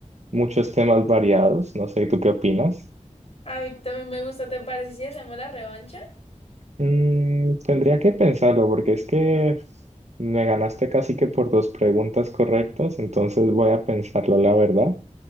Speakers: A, on the right (about 60°); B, on the left (about 50°).
A: muchos temas variados, no sé, ¿tú qué opinas?
B: A mí también me gusta, ¿te parece si hacemos la revancha?
A: Mm, tendría que pensarlo porque es que me ganaste casi que por dos preguntas correctas, entonces voy a pensarlo, la verdad.